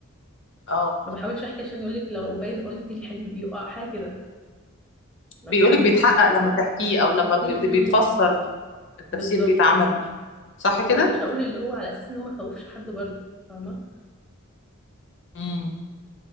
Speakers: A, on the left; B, in the centre.
A: اه
B: ما بحاولش احكي عشان يقول لك لو باين قلت لي الحلم بيقع حاجة كده ما
A: بيقول
B: فهمتش
A: لك بيتحقق
B: بس
A: لما تحكيه او لما بت...
B: امم
A: بيتفسر التفسير
B: بالظبط
A: بيتعمل صح
B: فانا
A: كده
B: برضاش اقول اللي هو على اساس ان هو ما خوفش حد برضه فاهمة
A: امم